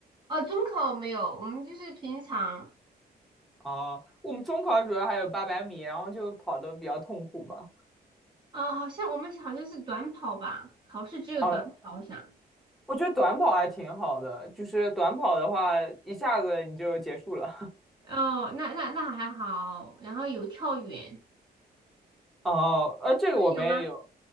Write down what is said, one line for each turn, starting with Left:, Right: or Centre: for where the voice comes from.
Right: 哦，中考没有，我们就是平常
Centre: 哦，我们中考主要还有八百米，然后就跑的比较痛苦吧。
Right: 啊、好像我们好像是短跑吧，考试只有短跑，
Centre: 啊，
Right: 我想。
Centre: 我觉得短跑还挺好的，就是短跑的话一下子你就结束了。
Right: 哦，那那那还好，然后有跳远，
Centre: <laughs> 哦，呃，这个我们也有，
Right: 你们有吗？